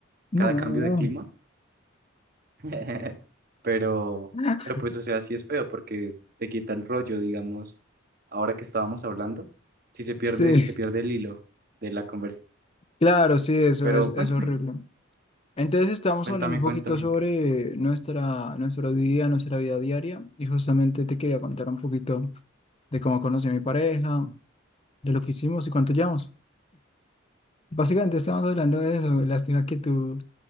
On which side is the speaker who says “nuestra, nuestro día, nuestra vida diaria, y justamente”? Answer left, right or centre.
Left